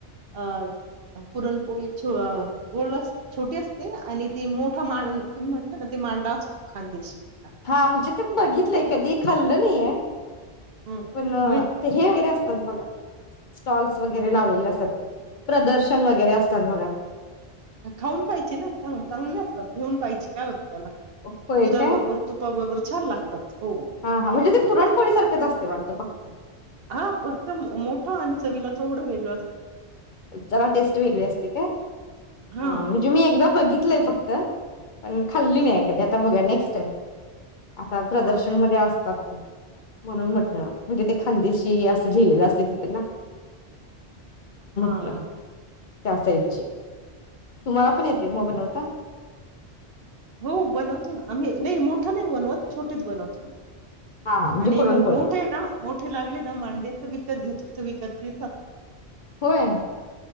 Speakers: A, on the right (about 60°); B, on the left (about 50°).
A: अ- पुरणपोळी छो- छोटी असते आणि ते मोठा मांड तुम्ही म्हटलं ना ते मांडा असतो खांदेशी मांडा
B: हा म्हणजे ते बघितलंय कधी खाल्ल नाही आहे
A: हं,
B: पण
A: मिळतं.
B: ते हे वगैरे अस <unintelligible> बघा स्टॉल्स वगैरे लावलेले असतात प्रदर्शन वगैरे असतात बघा
A: खाऊन पाहिजे ना चां चांगले असतात घेऊन पाहिजे काय होते
B: होय
A: दुधाबरोबर
B: काय
A: तूपाबरोबर छान लागतात हो
B: हा हा म्हणजे ते पुरणपोळी सारखंच असते वाटतं फक्त
A: हा फक्त मोठ आणि चवीला थोडं वेगळं असतं
B: जरा टेस्ट वेगळी असते का
A: हां,
B: हा म्हणजे
A: हां.
B: मी एकदा बघी बघीतलय फक्त पण खाल्ली नाही कधी आता बघ नेक्स्ट टाईम आता प्रदर्शनमध्ये
A: हां,
B: असतात म्हणून म्हटलं म्हणजे ते खांदेशी असं लिहिलेलं असते तिथे ना <inaudible>
A: हा हा
B: त्यासाईझ ची तुम्हाला पण येते मोबाईल लावता
A: हो बनवतो ना आम्ही नाही मोठं नाही बनवत छोटेच बनवतो आम्ही
B: हा हा म्हणजे
A: आणि
B: पुरणपोळी
A: मोठे ना मोठे लागले ना मांडे विकत घेतो इथं विकत मिळतं
B: होय